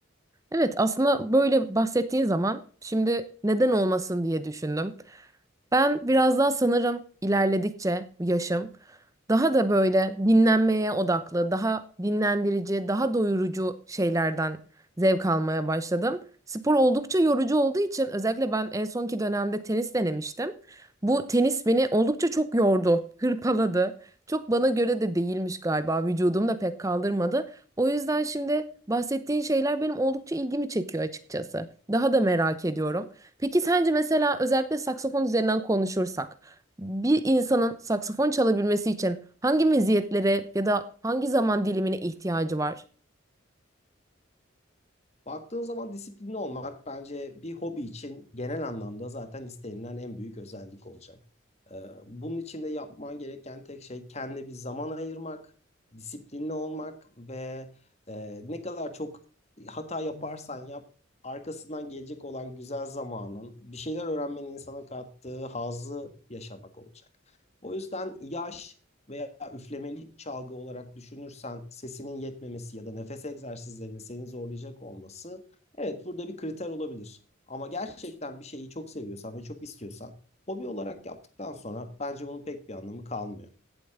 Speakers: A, on the right; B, on the left.
A: Evet, aslında böyle bahsettiğin zaman şimdi neden olmasın diye düşündüm. Ben biraz daha sanırım ilerledikçe yaşım daha da böyle dinlenmeye odaklı, daha dinlendirici, daha doyurucu şeylerden zevk almaya başladım. Spor oldukça yorucu olduğu için özellikle ben en sonki dönemde tenis denemiştim. Bu tenis beni oldukça çok yordu, <laughs> hırpaladı. Çok bana göre de değilmiş galiba. Vücudum da pek kaldırmadı. O yüzden şimdi bahsettiğin şeyler benim oldukça ilgimi çekiyor açıkçası. Daha da merak ediyorum. Peki sence mesela özellikle saksafon üzerinden konuşursak bir insanın saksafon çalabilmesi için hangi meziyetlere ya da hangi zaman dilimine ihtiyacı var?
B: Baktığın zaman disiplinli olmak bence bir hobi için genel anlamda zaten istenilen en büyük özellik olacak. Ee, bunun için de yapman gereken tek şey kendine bir zaman ayırmak, disiplinli olmak ve e, ne kadar çok hata yaparsan yap, arkasından gelecek olan güzel zamanın, bir şeyler öğrenmenin insana kattığı hazzı yaşamak olacak. O yüzden yaş veya üflemeli çalgı olarak düşünürsen sesinin yetmemesi ya da nefes egzersizlerinin seni zorlayacak olması evet burada bir kriter olabilir. Ama gerçekten bir şeyi çok seviyorsan ve çok istiyorsan hobi olarak yaptıktan sonra bence bunun pek bir anlamı kalmıyor.